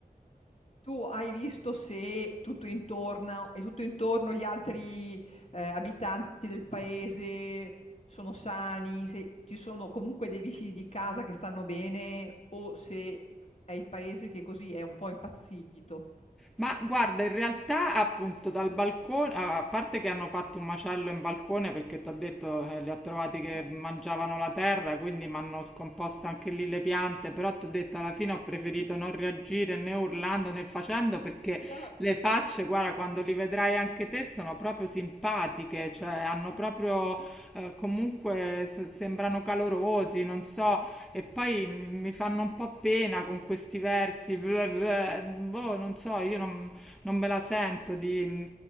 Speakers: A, on the left; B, in the centre.
A: Tu hai visto se tutto intorno e tutto intorno gli altri eh, abitanti del paese sono sani, se ci sono comunque dei vicini di casa che stanno bene o se è il paese che così è un po' impazzito.
B: Ma guarda, in realtà appunto dal balcone, a parte che hanno fatto un macello in balcone perché ti ho detto eh, li ho trovati che
A: Eh,
B: mangiavano la terra, quindi mi hanno scomposto anche lì le piante, però ti ho detto alla fine ho preferito non reagire né urlando né facendo perché
A: certo.
B: le facce, guarda, quando li vedrai anche te sono proprio simpatiche, cioè eh, hanno proprio eh, comunque s- sembrano calorosi, non so, e poi mi, mi fanno un po' pena con questi versi, bleh, bleh, boh, non so, io non, non me la sento di...